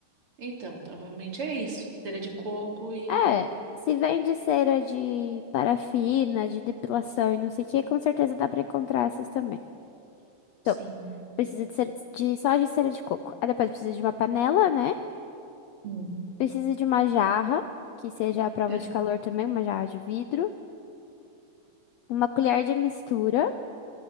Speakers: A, on the right; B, on the left.
A: Então, provavelmente é isso. Cera de coco e.
B: É, se vende cera de parafina, de depilação e não sei o que, com certeza dá pra encontrar essas também. Então,
A: Sim.
B: Precisa de, cera de só de cera de coco. Aí depois precisa de uma panela, né?
A: Hum.
B: Precisa de uma jarra, que seja à prova
A: É.
B: de calor também, uma jarra de vidro, uma colher de mistura,